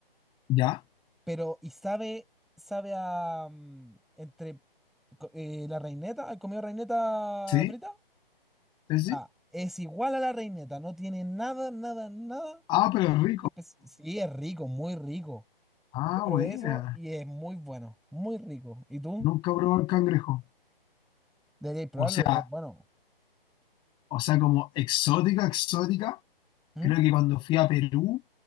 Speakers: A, on the left (about 15°); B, in the centre.
A: ¿ya?
B: pero y sabe, sabe a, mm, entre co- eh, la reineta, ¿has comido reineta
A: Sí,
B: frita?
A: sí,
B: Ya,
A: sí.
B: es igual a la reineta, no tiene nada, nada, nada.
A: Ah,
B: eh,
A: pero es rico.
B: especi- sí, es rico, muy rico.
A: Ah,
B: Yo probé
A: buena.
B: eso y es muy bueno, muy rico. ¿Y tú?
A: Nunca probé el cangrejo.
B: Deberías probarlo,
A: O sea,
B: es bueno.
A: o sea, como exótica, exótica.
B: ¿Mm?
A: Creo que cuando fui a Perú